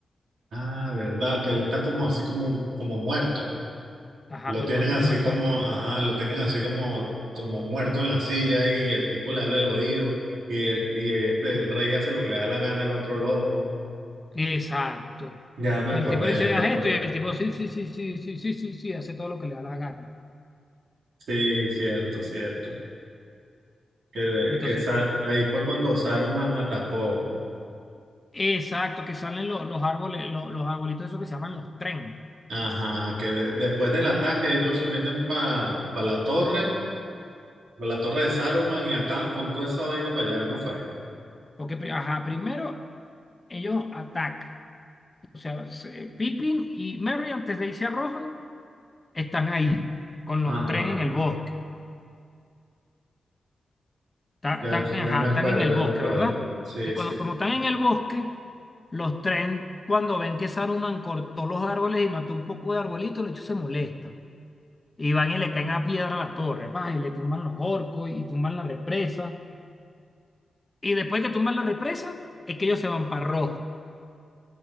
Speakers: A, on the right; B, on the left.
A: Ah, verdad, que él está como así como, como muerto.
B: Ajá,
A: Lo
B: pero
A: tienen
B: no está
A: así
B: muerto
A: como,
B: del todo.
A: ajá, lo tienen así como, como muerto en la silla y el tipo le habla al oído y el, y este, el rey hace lo que le da la gana el otro loco.
B: Exacto.
A: Ya me
B: Que
A: acordé,
B: el tipo le dice,
A: ya me
B: haz
A: acordé.
B: esto, y el tipo, sí, sí, sí, sí, sí, sí, sí, sí, hace todo lo que le da la gana.
A: Sí, cierto, cierto. Que, de-
B: Entonces,
A: que Sa- ahí fue cuando Saruman atacó.
B: exacto, que salen lo- los árboles, lo- los arbolitos esos que se llaman los tren.
A: Ajá, que de- después del ataque ellos se meten para la torre, pa la torre de Saruman y acaban con toda esa vaina para allá, ¿no fue?
B: Porque, pri- ajá, primero ellos atacan. O sea, se- Pippin y Merry, antes de irse a Rohan, están ahí, con
A: Ajá,
B: los tren en el bosque. Ta-
A: ya,
B: Están, ajá,
A: ya me acuerdo,
B: están en el
A: ya
B: bosque,
A: me acuerdo.
B: ¿verdad?
A: Sí,
B: Entonces,
A: sí.
B: cuando, como están en el bosque, los tren, cuando ven que Saruman cortó los árboles y mató un poco de arbolitos, los hechos se molestan. y van y le caen a piedra a la torre, van y le tumban los orcos y tumban la represa. Y después que tumban la represa, es que ellos se van para Roja.